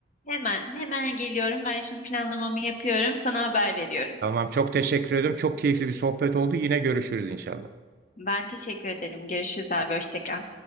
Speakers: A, on the left; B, on the right.
A: Hemen, hemen geliyorum. Ben şimdi planlamamı yapıyorum. Sana haber veriyorum.
B: Tamam, çok teşekkür ederim. Çok keyifli bir sohbet oldu. Yine görüşürüz inşallah.
A: Ben teşekkür ederim. Görüşürüz abi. Hoşça kal.